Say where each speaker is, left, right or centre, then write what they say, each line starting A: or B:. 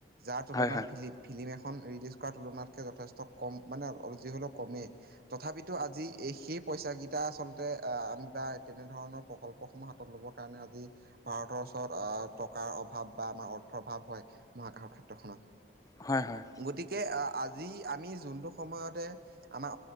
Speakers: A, on the right; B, on the left.
A: যাৰ তুলনাত
B: হয় হয়
A: ফিল ফিল্ম এখন ৰিলিজ কৰাৰ তুলনাতকে যথেষ্ট কম মানে অ যি হলেও কমেই তথাপিতো আজি এই সেই পইচা কিটা আচলতে আহ আমি বা তেনেধৰণৰ প্ৰকল্পসমূহাত ল'ব কাৰণে আজি ভাৰতৰ ওচৰত আহ টকাৰ অভাৱ বা আমাৰ অৰ্থ অভাৱ হয় মহাকাশৰ ক্ষেত্ৰখনত
B: হয় হয়
A: গতিকে আজি আমি যোনটো সময়তে আমাৰ